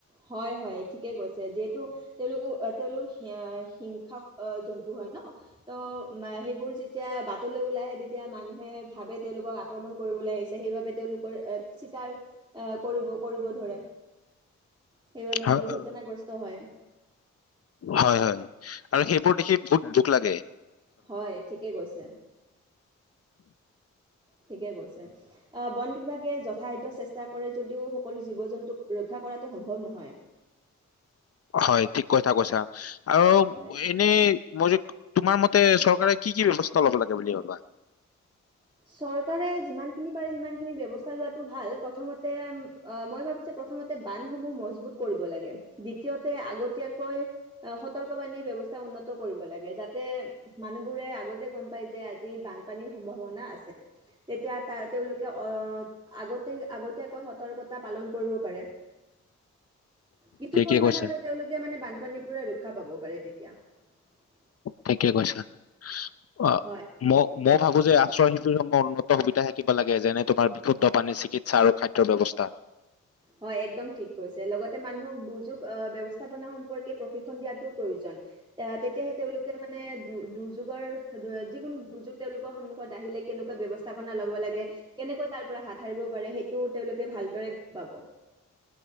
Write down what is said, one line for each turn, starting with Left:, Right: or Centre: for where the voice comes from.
Right: হয় হয় ঠিকেই কৈছে যিহেতু তেওঁলোকে। তেওঁলোক হিংসা জন্তু হয় ন ত সেইবোৰ যেতিয়া বাটলৈ ওলাই আহে দিব এতিয়া মানুহে ভাবে তেওঁলোকৰ আক্ৰমণ কৰিবলৈ আহিছে সেইবাবে তেওঁলোক এত চিকাৰ এে কৰিব। কৰিব ধৰে সেইবাবে
Left: হয়
Right: দুৰ্ঘটনাগ্ৰস্ত হয়। হয়
Left: হয় হয়। আৰু সেইবোৰ দেখি বহুত দুখ লাগে।
Right: হয় ঠিকেই কৈছে?
Left: উম
Right: ঠিকে কৈছে আহ বন বিভাগে যে খাদ্য চেষ্টা কৰে যদিও সকলো জীৱ জন্তুক ৰক্ষা কৰাটো সম্ভৱ নহয়।
Left: হয় ঠিক কথা কৈছা। আৰু
Right: হয়
Left: এনেই মই যে তোমাৰ মতে চৰকাৰে কি কি ব্যৱস্থা লব লাগে বুলি ভাবা।
Right: চৰকাৰে যিমানখিনি পাৰে সিমানখিনি ব্যৱস্থা লোৱাটো ভাল প্ৰথমতে মই ভাবো যে প্ৰথমতে বান্ধসমূহ মজবুত কৰিব লাগে দ্বিতীয়তে আগতীয়াকৈ সতৰ্কবাণী ব্যৱস্থা উন্নত কৰিব লাগে যাতে মানুহবোৰে আগতে গম পাই যে আজি বানপানীৰ সম্ভাৱনা বনা আছে তেতিয়া তা তেওঁলোকে অ আগতে আগতীয়াকৈ সতৰ্কতা পালন কৰিব পাৰে কিছু
Left: ঠিকে
Right: পৰিমান
Left: কৈছা
Right: হ'লেও তেওঁলোকে মানে বানপানীৰ পৰা ৰক্ষা পাব পাৰে তেতিয়া কিয়
Left: থাকে কৈছা অ
Right: হয়।
Left: মই মই ভাবো যে শিবিৰসমূহ উন্নত সুবিধা থাকিব লাগে যেনে তোমাৰ বিশুদ্ধ পানী চিকিৎসা আৰু খাদ্যৰ ব্যৱস্থা
Right: হয়, একদম ঠিক কৈছে। লগতে মানুহক দুৰ্যোগ আহ ব্যয়ৱস্থাপনা সম্পৰ্কে প্ৰশিক্ষণ দিয়াটো প্ৰয়োজন এ তেতিয়াহে তেওঁলোকে মানে দুৰ্যোগৰ যিকোনো দুৰ্যোগ তেওঁলোকৰ সন্মুখীন আহিলে কেনেকুৱা ব্যৱস্থা লব লে কেনেকৈ তাৰ পৰা ধাৰিব পাৰে সেইটোও তেওঁলোকে ভালদৰে পাব